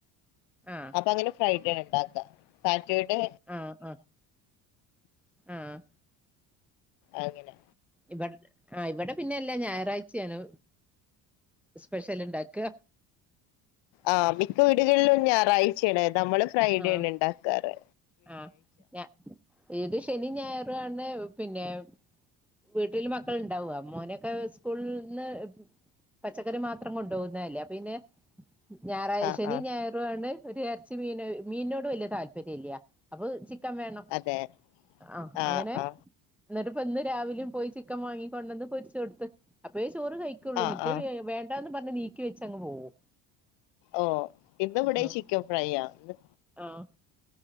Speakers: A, in the centre; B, on the left (about 65°).
A: ആഹ്
B: അപ്പഅങ്ങനെ ഫ്രൈഡേണ് ഇണ്ടാക്ക സാറ്റെർഡേ
A: ആഹ്, ആഹ്, ആഹ്
B: അങ്ങെനെ
A: ഇവട് ആഹ് ഇവടെ പിന്നെ എല്ലാ ഞായറാഴ്ച്ചേണ് സ്പെഷ്യൽ ഇണ്ടാക്ക.
B: ആഹ് മിക്ക വീട്കളിലും ഞായറാഴ്‌ച്ചേണ് ന്നമ്മള് ഫ്രൈഡേണ്
A: ആഹ്
B: ഇണ്ടാക്കാറ്.
A: ആഹ് ഞ ഇത് ശെനിം ഞായറും ആണ് പിന്നെ വീട്ടില് മക്കള് ഇണ്ടാവ മോനൊക്കെ സ്കൂൾള്ന്ന് പച്ചക്കറി മാത്രം കൊണ്ടോവുന്നതല്ലേ അപ്പപിന്നെ ഞായറാഴ്
B: ആ
A: ശെനിം
B: ആ
A: ഞായറുആണ് ഒര് എർച്ചി മീന് മീനിനോട് വല്ല്യാ താല്പര്യംല്ല അപ്പൊ ചി ക്കം വേണം
B: അതെ
A: ആഹ്
B: ആ
A: അങ്ങനെ
B: ആ
A: ഇന്നെട്ട്പ്പ ഇന്ന് രാവിലിം പോയി ചിക്കം വാങ്ങി കൊണ്ടെന്ന് പൊരിച്ച് കൊടുത്ത് അപ്പഴേ ചോറ് കഴി ക്കൊള്ളു
B: ആ
A: മറ്റേത്
B: ആ
A: വേണ്ടാന്ന് പർഞ് നീക്കി വെച്ചങ്ങ് പോവും.
B: ഓഹ് ഇന്ന് ഇവിടെയും
A: ആഹ്
B: ചിക്കൻ ഫ്രൈയാ ഇന്ന്
A: ആഹ്